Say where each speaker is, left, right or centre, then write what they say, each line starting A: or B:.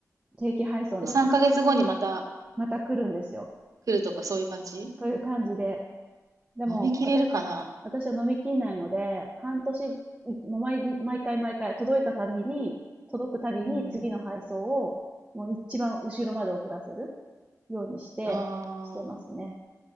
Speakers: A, on the right; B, on the right.
A: 定期配送なんです。
B: ?3 ヶ月後にまた
A: また来るんですよ。
B: 来るとかそういう感じ
A: そういう感じで。でも、
B: 飲み切れるかな
A: 私、私は飲みきんないので、半年、いもう毎日、毎回毎回、届いたたびに、届くたびに次の配送を、
B: うん。
A: もう一番後ろまで遅らせるようにして、
B: あ
A: してますね。
B: あ。